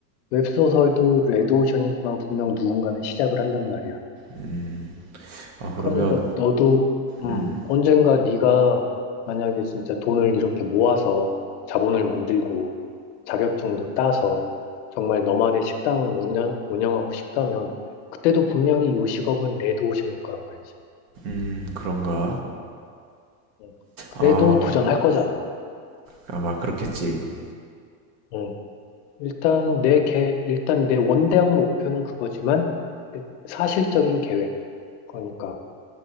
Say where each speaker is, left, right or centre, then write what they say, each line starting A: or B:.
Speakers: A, on the left; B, on the right.
A: 웹소설도 레드오션이지만 분명 누군가는 시작을 한단 말이야.
B: 음, 아 그러면
A: 그러니까 너도 음,
B: 음,
A: 언젠가 네가 만약에 진짜 돈을 이렇게 모아서 자본을 만들고 자격증도 따서 정말 너만의 식당을 운영, 운영하고 싶다면 그때도 분명히 요식업은 레드오션일 거란 말이지.
B: 음 그런가?
A: 응. 그래도
B: 아
A: 도전할 거잖아.
B: 아마 그렇겠지.
A: 응. 일단 내 계, 일단 내 원대학 목표는 그거지만 사실적인 계획. 그러니까